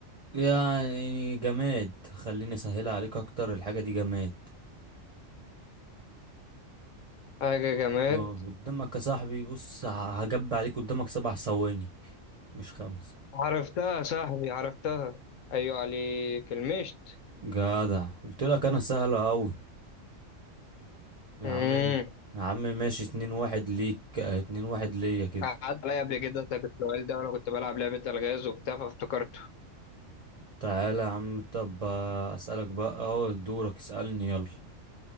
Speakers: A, on the right; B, on the left.
A: يعني جماد خليني اسهلها عليك اكتر الحاجة دي جماد
B: حاجة جماد
A: اه قدامك يا صاحبي بص ه- هجب عليك قدامك سبع ثواني مش خمسة
B: عرفتها يا صاحبي عرفتها أيوة عليك المشت
A: جدع قلت لك انا سهلة اوي يا
B: امم
A: عم يا عم ماشي اتنين واحد ليك اه، اتنين واحد ليا كده
B: قعدت عليا قبل كده أسألك السؤال ده وأنا كنت بلعب لعبة ألغاز وبتاع فافتكرته
A: تعالى يا عم طب اه، اسألك بقى اهو دورك اسألني يلا